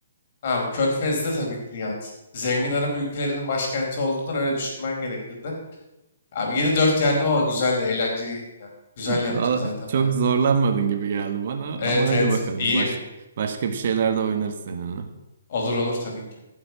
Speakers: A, on the left; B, on the right.
A: Abi Körfez'de tabii ki Riyad. Zengin Arap ülkelerinin başkenti olduğundan öyle düşünmen gerekirdi. Abi yedi dört yendim ama güzel de eğlenceliydi ya. Güzel
B: <laughs>
A: yaptım
B: Daha
A: zaten
B: çok
A: bayağı.
B: zorlanmadın gibi geldi bana
A: Evet
B: ama hadi
A: evet
B: bakalım.
A: iyiyim.
B: Baş, başka bir şeyler de oynarız seninle.
A: Olur olur tabii ki.